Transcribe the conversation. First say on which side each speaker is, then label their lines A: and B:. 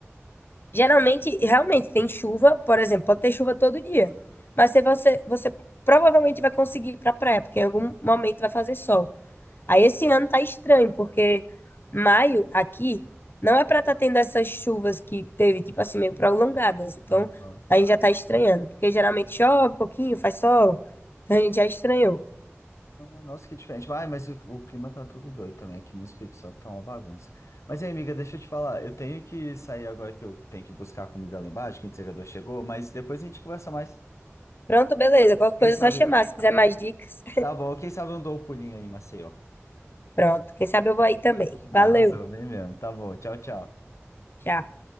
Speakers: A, on the left; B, on the left.
A: Geralmente, realmente, tem chuva, por exemplo, pode ter chuva todo dia. Mas se você, você provavelmente vai conseguir ir pra praia, porque em algum momento vai fazer sol. Aí esse ano tá estranho, porque maio aqui não é para estar tendo essas chuvas que teve, tipo assim, meio prolongadas. Então,
B: Aham.
A: a gente já tá estranhando, porque geralmente chove um pouquinho, faz sol. Então a gente já estranhou.
B: Ah, Nossa, que diferente. Ah, mas o, o clima tá tudo doido também. Aqui no Espírito Santo tá uma bagunça. Mas aí, amiga, deixa eu te falar. Eu tenho que sair agora que eu tenho que buscar a comida lá embaixo, que o entregador chegou, mas depois a gente conversa mais.
A: Pronto, beleza. Qualquer
B: Quem
A: coisa
B: sabe?
A: é só chamar. Se quiser mais dicas,
B: Tá bom, quem sabe eu dou um pulinho aí em Maceió.
A: pronto. Quem sabe eu vou aí também.
B: <laughs>
A: Valeu.
B: Arrasou, bem mesmo. Tá bom, tchau, tchau.
A: Tchau.